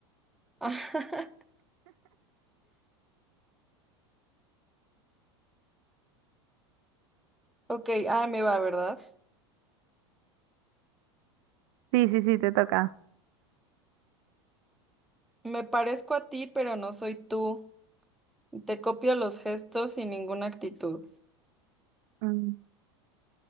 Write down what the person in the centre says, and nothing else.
<laughs> Ok, ah, me va, ¿verdad?
Me parezco a ti, pero no soy tú. Te copio los gestos sin ninguna actitud.